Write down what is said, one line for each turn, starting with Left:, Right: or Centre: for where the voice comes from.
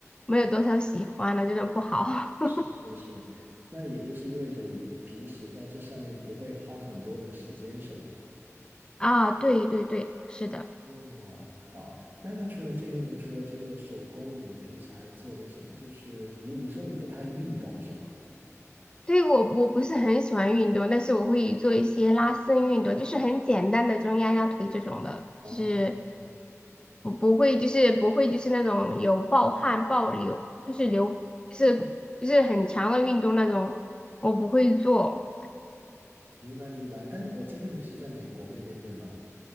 Left: 没有多少喜欢的，这种不好。<laughs>
Right: 是是是，那也就是意味着你平时在这上面不会花很多的时间，是吗？
Left: 啊，对对对，是的。
Right: 哦，好，那那除了这个呢？除了这个手工，你平时还做点什么？就是你你说你不太运动是吗？
Left: 对，我我不是很喜欢运动，但是我会做一些拉伸运动，就是很简单的这种压压腿这种的，
Right: 哦，
Left: 就是
Right: 哦
Left: 我不会，就是不会，就是那种有暴汗、暴流，就是流，是就是很强的运动那种，我不会做
Right: 明白明白。但我记得你是在美国那边对吗？